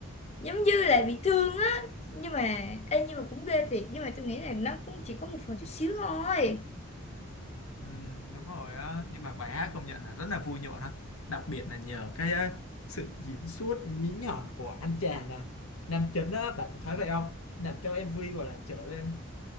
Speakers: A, on the left; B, on the left.
A: giống như là bị thương á nhưng mà ê, nhưng mà cũng ghê thiệt nhưng mà tôi nghĩ là nó cũng chỉ có một phần chút xíu thôi
B: Ừ, đúng rồi á, nhưng mà bài hát công nhận là rất là vui nhộn ha, đặc biệt là nhờ cái ờ, sự diễn xuất nhí nhọn của anh chàng là nam chính á, bạn có thấy vậy không? Làm cho MV gọi là trở lên